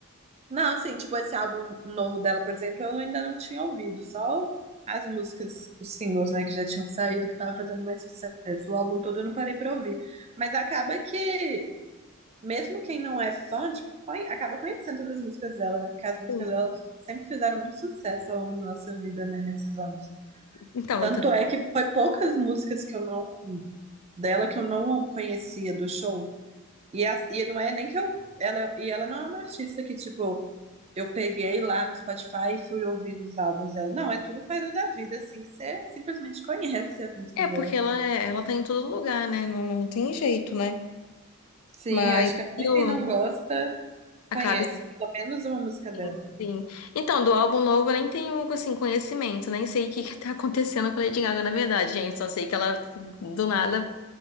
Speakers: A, on the right; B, on the left.
A: Não, assim, tipo, esse álbum novo dela, por exemplo, eu ainda não tinha ouvido, só as músicas, os singles, né, que já tinham saído, que tava fazendo mais sucesso. O álbum todo eu não parei pra ouvir. Mas acaba que, mesmo quem não é fã, tipo, conhe- acaba conhecendo todas as músicas dela, né, porque as músicas
B: Sim.
A: dela sempre fizeram muito sucesso ao longo da nossa vida, né, nesses anos.
B: Então,
A: Tanto
B: eu também.
A: é que foi poucas músicas que eu não, dela que eu não conhecia do show. E, a- e não é nem que eu. Ela, e ela não é uma artista que, tipo, eu peguei lá no Spotify e fui ouvindo os álbuns dela. Não, é tudo coisa da vida, assim, que você simplesmente conhece as músicas
B: É, porque
A: dela.
B: ela, é- ela tá em todo lugar, né? Não, não tem jeito, né?
A: Sim,
B: Mas
A: eu acho que até
B: eu
A: quem não gosta conhece,
B: acaba
A: pelo menos uma música dela.
B: assim. Então, do álbum novo eu nem tenho, assim, conhecimento, nem sei o que que tá acontecendo com a Lady Gaga, na verdade, gente. Só sei que ela, do nada,